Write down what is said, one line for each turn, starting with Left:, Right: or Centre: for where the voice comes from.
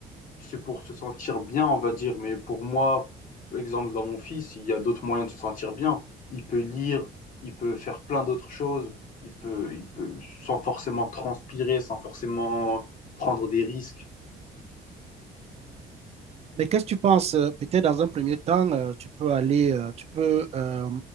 Left: c'est pour se sentir bien, on va dire. Mais pour moi, exemple, dans mon fils, il y a d'autres moyens de se sentir bien. Il peut lire, il peut faire plein d'autres choses. Il peut, il peut, sans forcément transpirer, sans forcément prendre des risques.
Right: Mais qu'est-ce que tu penses? euh, Peut-être dans un premier temps, euh, tu peux aller, euh, tu peux euh,